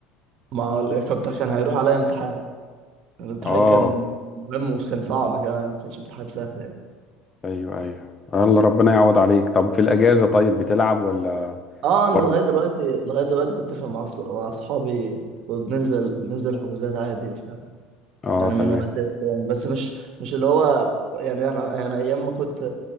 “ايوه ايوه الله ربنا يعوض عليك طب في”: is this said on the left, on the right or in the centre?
Left